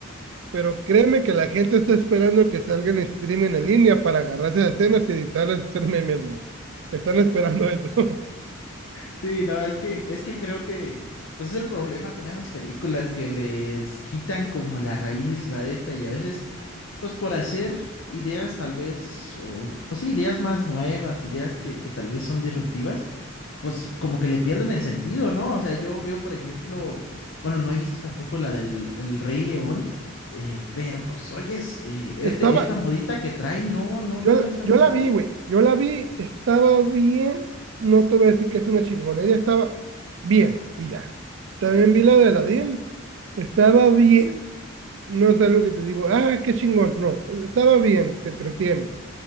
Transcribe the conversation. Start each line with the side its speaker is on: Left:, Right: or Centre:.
Right: Pero créeme que la gente está esperando que salgan streaming en línea para agarrar esas escenas y editarlas y hacer memes, güey. Están esperando eso. <laughs>
Left: Sí, sí, no, es que, es que creo que, pues es el problema con esas películas que les quitan como la raíz, la de esta, y a veces Pues por hacer ideas tal vez, o pues sí, ideas más nuevas, ideas que, que tal vez son disruptivas, pues como que le pierden el sentido, ¿no? O sea, yo veo, por ejemplo, bueno, no he visto tampoco la del el Rey León, eh, pero pues oyes, eh, este,
Right: Estaba,
Left: esta modita que traen, no, no,
Right: yo,
Left: no me está
Right: yo
Left: gustando.
Right: la vi, güey. Yo la vi, estaba bien. No te voy a decir que es una chingonería, estaba bien y ya. También vi la de Aladdin. Estaba bien. No es algo que te digo, ah, qué chingón. No, estaba bien, te entretiene.